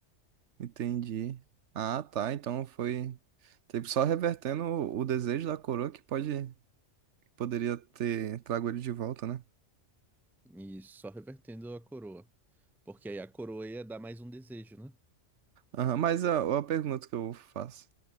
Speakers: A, on the right; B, in the centre.
A: Entendi. Ah, tá. Então foi tipo, só revertendo o, o desejo da coroa que pode que poderia ter trago ele de volta, né?
B: e isso, só revertendo a coroa. Porque aí a coroa ia dar mais um desejo, né?
A: Aham, mas a, a pergunta que eu faço.